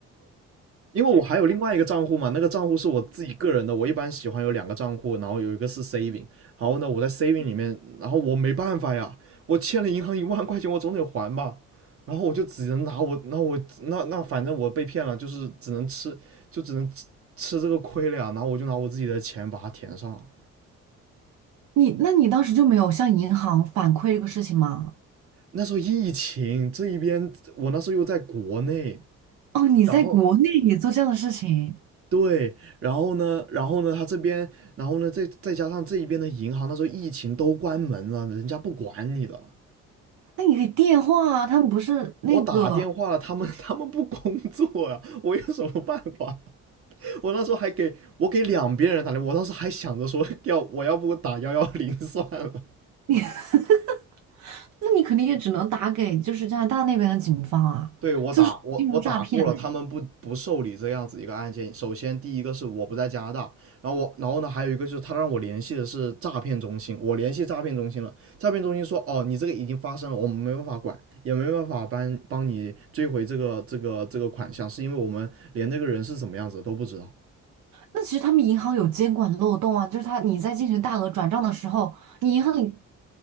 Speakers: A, on the right; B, on the right.
A: 因为我还有另外一个账户嘛，那个账户是我自己个人的，我一般喜欢有两个账户，然后有一个是 saving，然后呢我在 saving 里面，然后我没办法呀，我欠了银行一万块钱，我总得还吧，然后我就只能拿我，那我那那反正我被骗了，就是只能吃，就只能吃吃这个亏了呀，然后我就拿我自己的钱把它填上了。
B: 你那你当时就没有向银行反馈这个事情吗？
A: 那时候疫情这一边，我那时候又在国内，
B: 哦，你在国内也做这样的事情，
A: 然后对，然后呢，然后呢，他这边，然后呢，再再加上这一边的银行，那时候疫情都关门了，人家不管你了。
B: 那你可以电话啊，他们不是那个
A: 我打电话了，他们他们不工作啊，我有什么办法？我那时候还给我给两边人打电话，我当时还想着说要我要不打幺幺零算了。
B: 你，<laughs> 那你肯定也只能打给就是加拿大那边的警方啊，
A: 对，我打我我打过了，
B: 就是金融诈骗呢、
A: 他们不不受理这样子一个案件。首先，第一个是我不在加拿大，然后我然后呢，还有一个就是他让我联系的是诈骗中心，我联系诈骗中心了，诈骗中心说哦，你这个已经发生了，我们没办法管，也没办法帮帮你追回这个这个这个款项，是因为我们连那个人是什么样子都不知道。
B: 那其实他们银行有监管漏洞啊，就是他你在进行大额转账的时候，你银行里